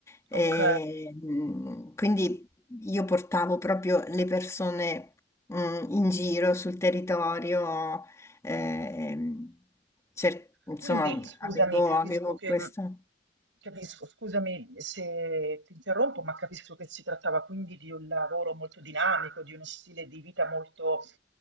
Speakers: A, on the left; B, on the right.
A: E,
B: ok.
A: mh, quindi io portavo proprio le persone mh, in giro sul territorio, ehm, cer- insomma
B: Quindi scusami,
A: avevo,
B: capisco
A: avevo
B: che
A: questo.
B: mh, capisco, scusami se ti interrompo, ma capisco che si trattava quindi di un lavoro molto dinamico, di uno stile di vita molto,